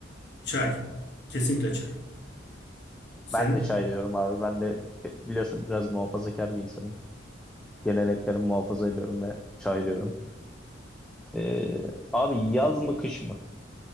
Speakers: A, on the left; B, in the centre.
A: Çay. Kesinlikle çay. Sen?
B: Ben de çay diyorum abi. Ben de bi- biliyorsun biraz muhafazakar bir insanım. Geleneklerimi muhafaza ediyorum ve çay diyorum. Ee, abi yaz mı kış mı?